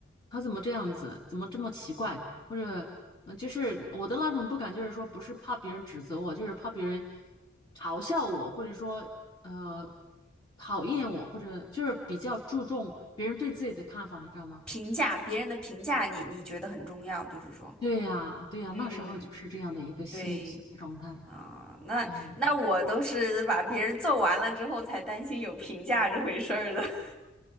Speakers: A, on the left; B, in the centre.
A: 他怎么这样子，怎么这么奇怪，或者呃就是我的那种不敢，就是说不是怕别人指责我，就是怕别人嘲笑我，或者说呃讨厌我，或者就是比较注重别人对自己的看法，你知道吗？
B: 评价别人的评价你，你觉得很重要，就是说，
A: 对呀，对呀，
B: 嗯
A: 那时候就是这样的一个心心理状态，
B: 对啊，那那我都是把别人揍完了之后才担心有评价这回事儿的。
A: 就很，
B: <laughs>